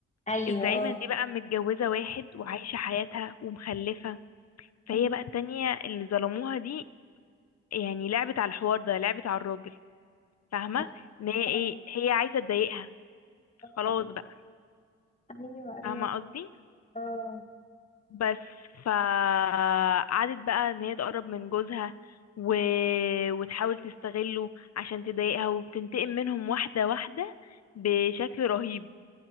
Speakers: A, on the left; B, on the left.
A: ايوه
B: الزعيمه
A: اه
B: دي بقى متجوزه واحد وعايشه حياتها ومخلفه فهي
A: أمم.
B: بقى التانية اللي ظلموها دي يعني لعبت على الحوار ده لعبت على الراجل فاهمه
A: آه،
B: ان هي ايه
A: آه،
B: هي عايزه تضايقها خلاص
A: آه.
B: بقى
A: ايوه
B: فاهمه
A: ايوه
B: قصدي
A: اه
B: بس فقعدت بقى ان هي تقرب من جوزها و... وتحاول تستغله عشان تضايقها وبتنتقم منهم واحدة واحدة بشكل رهيب